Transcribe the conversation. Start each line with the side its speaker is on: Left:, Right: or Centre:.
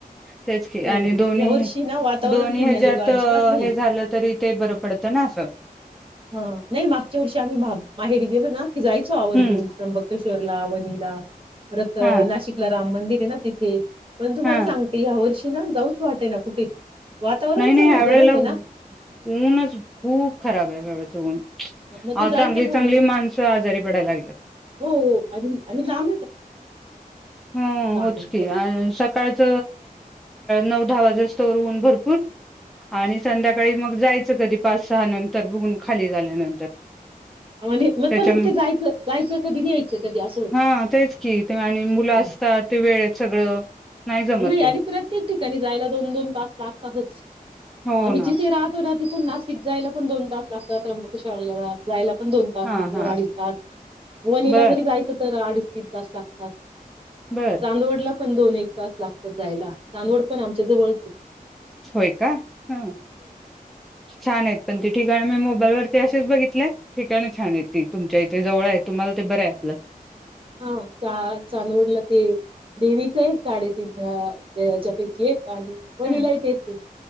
Centre: तेच की
Right: हो
Centre: आणि दोन्ही
Right: या वर्षी ना वातावरण
Centre: दोन्ही
Right: फिरण्याजोगा
Centre: ह्याच्यात
Right: अजिबात नाही
Centre: हे झालं तरी ते बरं पडतं ना असं
Right: नाही मागच्या वर्षी आम्ही माहेरी गेलो ना की जायचो आवर्
Centre: हम्म
Right: <unintelligible> चरला वनीिला रत
Centre: हा
Right: नाशिकला राम मंदिर, ना तिथे पण तुम्हाला
Centre: हा
Right: सांगते या वर्षी जाऊच वाटे ना कुठे वातावरणच
Centre: नाही नाही
Right: एवढं
Centre: ह्या वेळेला
Right: गरम आहे ना,
Centre: ऊनच खूप खराब आहे ह्यावेळेच ऊन
Right: मग ते
Centre: अ
Right: जायचं
Centre: चांगली
Right: घरलं
Centre: चांगली माणसं आजारी पडायला
Right: हो आणि आणि लाब
Centre: ह होच
Right: नंतर
Centre: की अ सकाळच नऊ दहा वाजेस्तवरऊन भरपूर आणि संध्याकाळी मग जायचं कधी पाच सहा नंतर बघून खाली झाल्यानंतर
Right: मग
Centre: त्याच्या
Right: परत ते जायचं जायचं कधी न्यायचं कधी असं होतं.
Centre: हा तेच की आणि मुलं
Right: अ,
Centre: असतात. ते वेळेत सगळं जमत
Right: नाही
Centre: ते
Right: आणि प्रत्येक ठिकाणी जायला दोन दोन तास लागत. सहज
Centre: हो
Right: आम्
Centre: ना.
Right: जिथेहतो ना तिथून नासिक जायला पण दोन तास लागात त्र्यंबकेश्राला जायला पण दोन तास
Centre: हा
Right: दोन
Centre: हा
Right: अडीच तास वनीला
Centre: बर
Right: जरी जायचं तर अडीच त ति लागतात.
Centre: बर
Right: चांदवडला पण दोन एक पाच लाख जायला तांदवड पण आमच्या जवळ ह
Centre: होय का? हं छान आहेत पण ते <unintelligible> मोबाईलवर- असेच बघितल्या ठिकाणी छान आहेत ते. तुमच्या इथे जवळ आहे. तुम्हाला ते बरं आहे आपलं.
Right: हा -आज चांदवडला ते देवीच आहे न साडेतीन ह्या च्या पैकी- आणि वणीला
Centre: हा
Right: ही तेच की